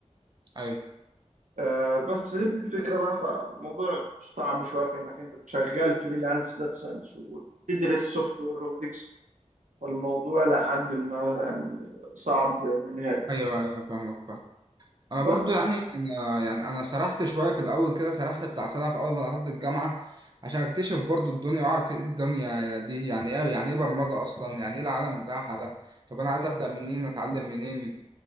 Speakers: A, on the right (about 35°); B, on the right (about 85°).
A: أيوه
B: آه، بس هي الفكرة بقى فموضوع صعب شوية في إنك أنت شغال فريلانس داتا ساينس وتدرس سوفت وير روبوتكس فالموضوع لحد ما يعني صعب نهائي
A: أيوه أيوه فاهمك فاهم انا
B: بس
A: برضو يعني انا يعني انا سرحت شويه في الاول كده سرحت بتاع سنه في اول ما دخلت الجامعه عشان اكتشف برضو الدنيا واعرف ايه الدنيا دي يعني ايه يعني ايه برمجه اصلا يعني ايه العالم بتاعها ده طب انا عايز ابدا منين اتعلم منين